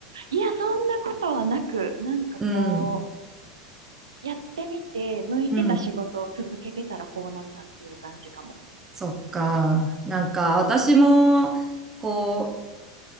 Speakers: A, on the right (about 80°); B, on the right (about 20°).
A: いや、そんなことはなく、なんかこ
B: うん、
A: う、やってみて、向いてた仕事を続けてたらこうなったっていう感じかも。
B: うん。そっか。なんか、私も、こう、